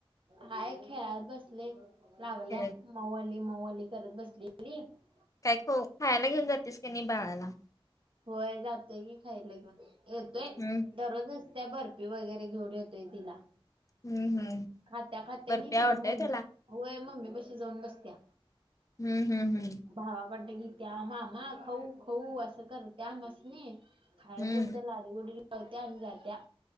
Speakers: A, on the right (about 60°); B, on the left (about 35°).
A: हाय खेळत बसले लागल्या
B: खेळत
A: मवाली मवाली करत बसली. <unintelligible>
B: काय ख खायला घेऊन जातीस का नाही बाळाला?
A: होय जातय की खायला घेऊन येतोय.
B: हम्म
A: दररोज असत्या बर्फी वगैरे घेऊन येतोय तिला.
B: हम्म हम्म
A: खात्या खात्या
B: बर्फी
A: नि
B: आवडतय
A: तिच्या मम्मी
B: त्याला
A: होय मम्मी बशी जाऊन बसत्या.
B: हम्म हम् हम्.
A: भावाकडत गीत्या मामा खाऊ खाऊ असं करत्या अमासणी खायपुरत्या
B: हम्म
A: लाडी गुडी लावत्या आणि जात्या.